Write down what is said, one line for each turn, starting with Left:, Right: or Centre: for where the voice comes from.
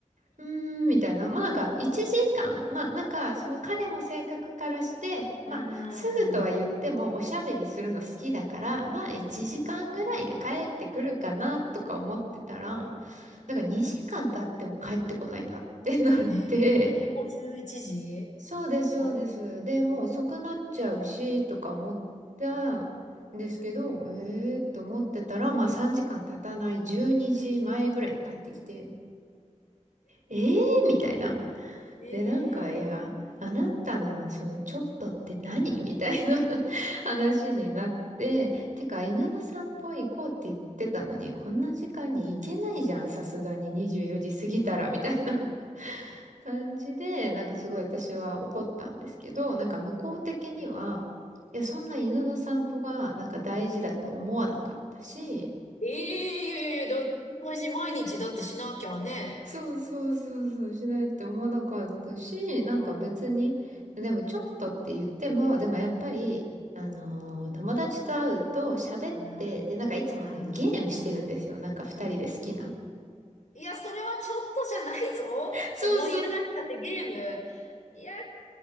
Right: うーん、みたいな。まあなんか1時間、まあなんかその彼の性格からして、まあすぐとは言ってもおしゃべりするの好きだから、
Left: 11 days,
Right: まあ1時間ぐらいで帰ってくるかなとか思ってたら、なんか2時間経っても帰ってこないなってなって、
Left: the rest
Right: そうです、そうです。
Left: of
Right: で、もう遅くなっちゃうし、とか思ったんですけど、えーと思ってたら、まあ3時間経たない12時前ぐらいに帰ってきて、えーみたいな。
Left: the day.
Right: で、なんか、いや、あなたのそのちょっとって何 <laughs> みたいな <laughs> 話になって、てか、犬の散歩行こうって言ってたのに、こんな時間に行けないじゃん、さすがに24時過ぎたら、みたいな感じで、なんかすごい私は怒ったんですけど、なんか向こう的には、いや、そんな犬の散歩がなんか大事だと思わなかったし、
Left: ええいやいやいや、だ、大事、毎日だってしなきゃね。
Right: そうそうそうそう、しないって思わなかったし、なんか別に、
Left: うん。
Right: でもちょっとって言っても、でもやっぱり、あのー友達と会うと喋って、
Left: あーあ
Right: で、なんかいつもね、ゲームしてるんですよ。
Left: ー
Right: なんか二人で好きな。
Left: いや、それはちょっとじゃないぞ。
Right: そうそう。
Left: いや、盛り上がっちゃってゲーム。いや、